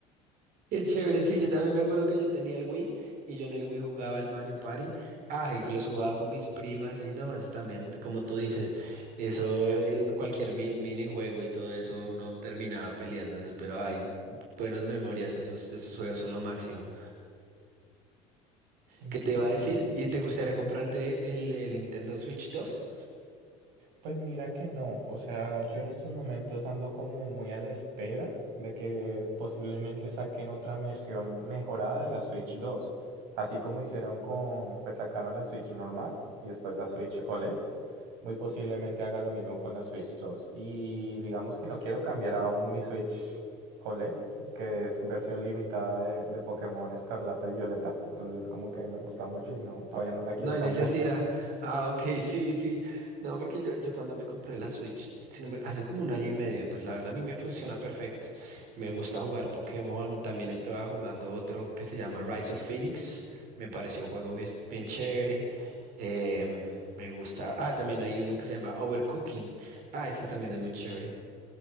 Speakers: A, on the right; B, on the right.
A: Qué chévere, sí,
B: Sí.
A: yo también me acuerdo que yo tenía el Wii y yo en el Wii jugaba al Mario Party. Ah, y los jugaba con mis primas y no, eso también, como tú dices, eso en cualquier mi- minijuego y todo eso uno terminaba peleándose, pero hay buenas memorias, esos, esos juegos son lo máximo.
B: Ujú,
A: ¿Qué te iba a
B: sí.
A: decir? ¿Y te gustaría comprarte el, el Nintendo Switch 2?
B: Pues mira que no, o sea, yo en estos momentos ando como muy a la espera de que posiblemente saquen otra versión mejorada de la Switch 2, así como hicieron con, pues sacaron la Switch normal y después la Switch OLED, muy posiblemente hagan lo mismo con la Switch 2. Y digamos que no quiero cambiar aún mi Switch OLED, que es versión limitada de, de Pokémon Escarlata y Violeta, entonces como que me gusta mucho y no, todavía no la quiero
A: No hay
B: cambiar.
A: necesidad.
B: <laughs>
A: Ah, ok, <laughs> sí, sí. No, porque yo, yo cuando me compré la Switch, si no me- hace como un año y medio, pues la verdad a mí me funciona perfecto. Me gusta jugar Pokémon. También estaba jugando otro que se llama Rise of Phoenix. Me pareció un juego bien, bien chévere. Em, me gusta. Ah, también hay uno que se llama Overcooking. Ah, ese también es muy chévere.